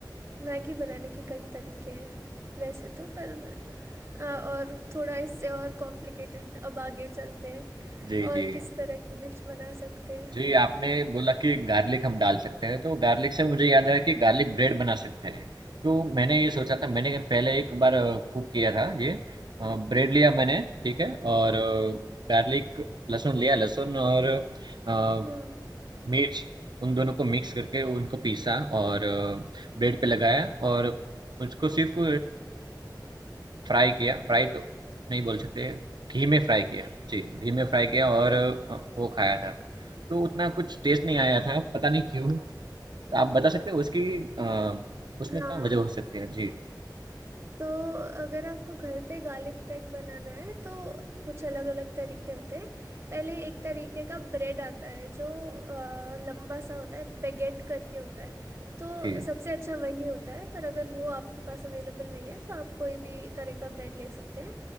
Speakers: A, on the right; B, on the right.
A: मैगी बनाने के कई तरीके हैं वैसे तो पर आ, और थोड़ा इससे और कॉम्प्लिकेटेड अब आगे चलते हैं
B: जी
A: और
B: जी
A: किस तरह की डिश बना सकते हैं
B: जी, आपने बोला कि गार्लिक हम डाल सकते हैं, तो गार्लिक से मुझे याद आया
A: हम्म,
B: कि गार्लिक ब्रेड बना सकते हैं। तो मैंने ये सोचा
A: जी
B: था, मैंने पहले एक बार कुक किया था ये अ, ब्रेड लिया मैंने, ठीक है, और गार्लिक लहसुन लिया, लहसुन और अ,
A: हम्म
B: मिर्च उन दोनों को मिक्स करके उनको पीसा और अ, ब्रेड पे लगाया और उसको सिर्फ फ्राई किया, फ्राई तो नहीं बोल सकते, घी में फ्राई किया। जी, घी में फ्राई किया और
A: जी
B: अ, वो खाया था। तो उतना कुछ टेस्ट नहीं आया था, पता नहीं क्यों? तो आप बता सकते हो उसकी अ, उसमें
A: हाँ
B: क्या वजह हो सकती है? जी,
A: तो अगर आपको घर पे गार्लिक ब्रेड बनाना है तो कुछ अलग अलग तरीके होते हैं पहले एक तरीके का ब्रेड आता है जो अ, लंबा सा होता है बेगेट करके होता है तो
B: जी,
A: सबसे अच्छा वही होता है पर अगर वो आपके पास अवेलेबल नहीं है तो आप कोई भी तरह का ब्रेड ले सकते हैं